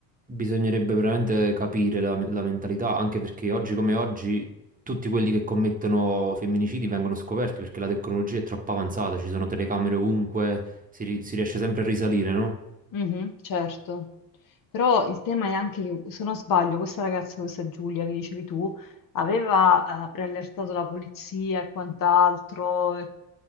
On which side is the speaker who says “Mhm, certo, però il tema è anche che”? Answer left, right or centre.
Left